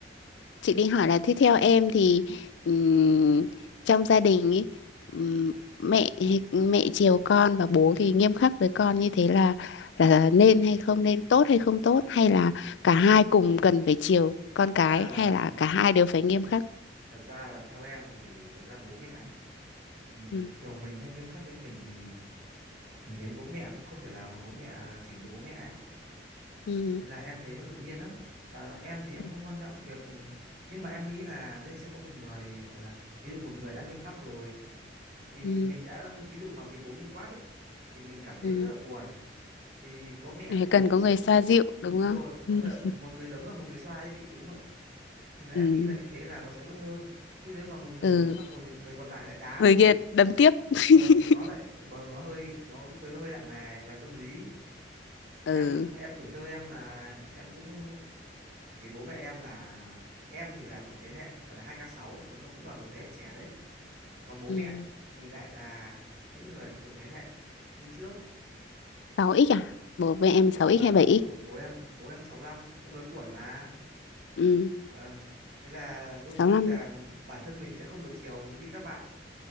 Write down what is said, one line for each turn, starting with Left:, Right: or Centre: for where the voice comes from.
Left: chị định hỏi là thế theo em thì ừm, trong gia đình ý, ừm, mẹ mẹ chiều con và bố thì nghiêm khắc với con như thế là là nên hay không nên tốt hay không tốt hay là cả hai cùng cần phải chiều con cái
Right: thật ra là
Left: hay là cả hai đều phải nghiêm khắc
Right: thật ra là theo em thì thật ra bố mẹ ấy, việc
Left: ừ.
Right: chiều mình hay nghiêm khắc với mình thì thì đến bố mẹ cũng không thể nào mà bố mẹ chỉnh được bố mẹ ấy
Left: Ừ.
Right: nên là em thấy nó tự nhiên lắm và em thì em
Left: Ừ.
Right: không quan trọng việc nhưng mà em nghĩ là lên sẽ có một người gọi là ví dụ một người đã nghiêm khắc rồi thì
Left: Ừ.
Right: mình đã ví dụ mà bị bố mình quát ấy thì mình cảm thấy
Left: Ừ.
Right: rất là buồn thì có mẹ
Left: Phải
Right: là mình
Left: cần
Right: tâm
Left: có
Right: sự
Left: người xoa dịu đúng
Right: đúng
Left: không
Right: rồi
Left: ừ.
Right: có mẹ một người đấm và một người xoa đấy chị đúng rồi thì là em
Left: Ừ.
Right: nghĩ là như thế là nó sẽ vẫn hơn chứ nếu mà một người
Left: ừ.
Right: đấm xong rồi người còn lại lại đá
Left: người
Right: thì
Left: kia đấm tiếp <laughs>
Right: vâng thì nó lại vâng nó hơi nó lúc đấy nó hơi lặng lè về tâm lý
Left: ừ.
Right: em em tuổi thơ em là em cũng vì bố mẹ em là em thì là thuộc thế hệ gọi là hai k sáu nó là- cũng là một thế hệ trẻ đấy còn bố
Left: ừ.
Right: mẹ thì lại là những người thuộc thế hệ đi trước
Left: 6x à? Bố với em
Right: Bố-
Left: 6x
Right: vâng
Left: hay 7x?
Right: bố bố em bố em 65 cũng lớn tuổi mà
Left: Ừ,
Right: vâng thế là đôi khi
Left: 65
Right: là bản thân mình sẽ không được chiều với- như các bạn